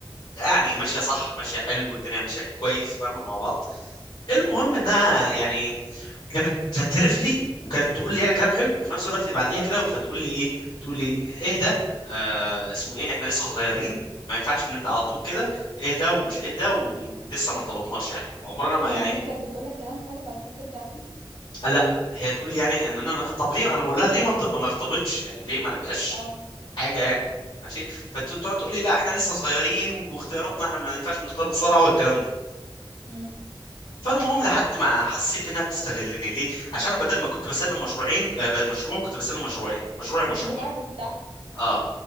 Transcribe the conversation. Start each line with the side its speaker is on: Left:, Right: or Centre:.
Left: يعني ماشيه صح ماشيه حلو والدنيا ماشيه كويس فاهمه مع بعض المهم انها يعني كانت تعترف لي وكانت تقول لي انا كلام حلو وفي نفس الوقت بعديها كده فتقول لي ايه تقول لي اهدى آه اسمه ايه احنا لسه صغيرين ما ينفعش نبدا على طول كده اهدى ومش اهدى ولسه ما ارتبطناش يعني عمرنا ما
Right: يعني
Left: يعني
Right: هي كانت بتقولك كلام حلو بعد كده ترجع فيه
Left: لا هي تقول لي يعني ان انا نخ- طب ليه انا بقول لها ليه ما ارت- ما نرتبطش يعني ليه ما نبقاش
Right: اه
Left: حاجه يعني ماشي فتقعد تقول لي لا احنا لسه صغيرين واختياراتنا احنا ما ينفعش نختار بسرعه والكلام ده
Right: امم
Left: فالمهم لحد ما حسيت انها بتستغلني ليه عشان بدل ما كنت بسلم مشروعين آه، ب- مشروع كنت بسلم مشروعين مشروعي مشروع
Right: بتاعك وبتاع
Left: اه